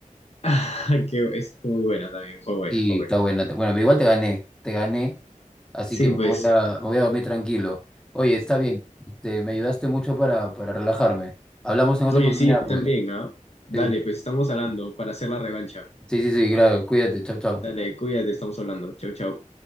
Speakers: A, on the left; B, in the centre.
A: <laughs> Que esa fue muy buena también, fue buena,
B: Sí,
A: fue buena.
B: está buena. te- Bueno, pero igual te gané. Te gané Así
A: Sí,
B: que me
A: pues,
B: voy a, me voy a dormir tranquilo. Oye, está bien. Este, me ayudaste mucho para, para relajarme. Hablamos en otra
A: oye,
B: oportunidad,
A: sí, a mí
B: pues.
A: también, ¿ah? Dale,
B: Sí,
A: pues estamos hablando para hacer la revancha.
B: sí, sí, sí, claro. Cuídate. Chao, chao.
A: Dale, cuídate, estamos hablando. Chau, chau.